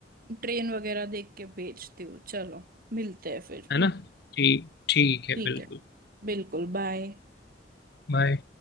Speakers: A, on the right; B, on the left.
A: ट्रेन वगैरह देख के भेजती हूँ चलो मिलते हैं फिर
B: है ना ठीक ठीक है
A: ठीक
B: बिल्कुल
A: है बिल्कुल बाय
B: बाय